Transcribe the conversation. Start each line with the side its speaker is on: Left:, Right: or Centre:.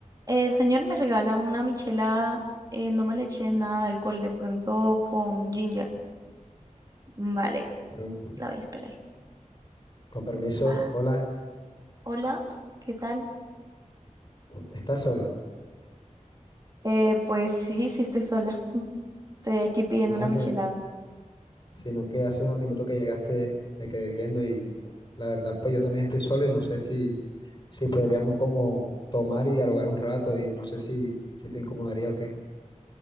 Right: Eh, señor, me regala una michelada. eh, no me le eché nada de alcohol, de pronto con ginger. Vale,
Left: Con permi-
Right: la voy a esperar.
Left: con permiso,
Right: Ah,
Left: hola,
Right: hola, ¿qué tal?
Left: ¿estás sola?
Right: Eh, pues sí, sí estoy sola. <laughs> Estoy aquí pidiendo
Left: Ah,
Right: una michelada.
Left: si- sino que hace unos minutos que llegaste te quedé viendo y la verdad pues yo también estoy solo y no sé si, si podríamos como tomar y dialogar un rato y no sé si, si te incomodaría o qué.